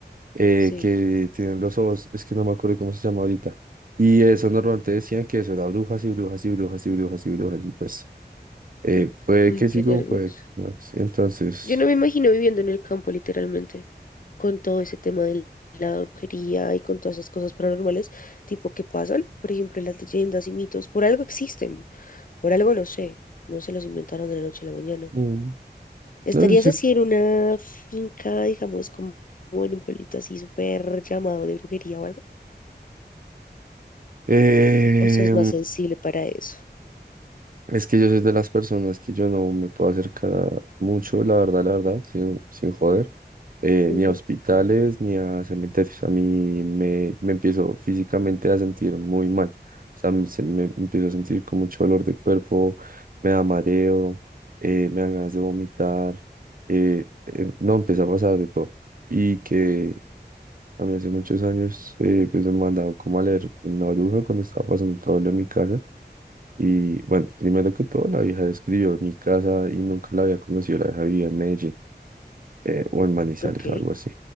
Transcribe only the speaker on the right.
eh,
que tienen los ojos, es que no me acuerdo cómo se llama ahorita. Y eso normalmente decían que eso era brujas y brujas y brujas y brujas y brujas. Y pues, eh, puede
que
sigo,
puede que no. sí, entonces,
mm,
no sé.
Eh,
Es que yo soy de las personas que yo no me puedo acercar a mucho, la verdad, la verdad, sin, sin joder, eh,
ni a hospitales, ni a cementerios. A mí me, me empiezo físicamente a sentir muy mal. O sea, me, se- me empiezo a sentir con mucho dolor de cuerpo, me da mareo, eh, me dan ganas de vomitar. eh, eh, no, empieza a pasar de todo. Y que a mí hace muchos años, eh, pues me mandaron como a leer una bruja cuando estaba pasando todo lo de mi casa. Y bueno, primero que todo, la vieja describió mi casa y nunca la había conocido. La vieja vivía en Medellín eh, o en Manizales
o algo así.